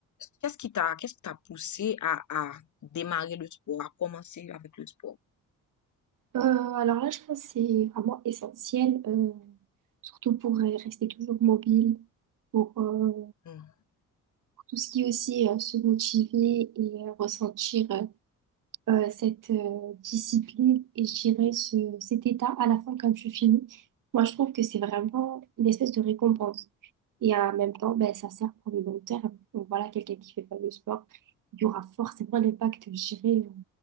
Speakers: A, on the left (about 45°); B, on the right (about 50°).
A: Qu'est-ce qui t'a, qu'est-ce qui t'a poussé à, à démarrer le sport, à commencer avec le sport?
B: Euh, alors là, je pense que c'est vraiment essentiel, euh, surtout pour euh, rester toujours mobile, pour euh,
A: Hmm,
B: tout ce qui est aussi euh, se motiver et euh, ressentir euh, euh, cette euh, discipline et je dirais ce, cet état à la fin quand tu finis. Moi, je trouve que c'est vraiment une espèce de récompense. Et en même temps, ben, ça sert pour le long terme. Donc voilà, quelqu'un qui fait pas de sport, il y aura forcément un impact, je dirais,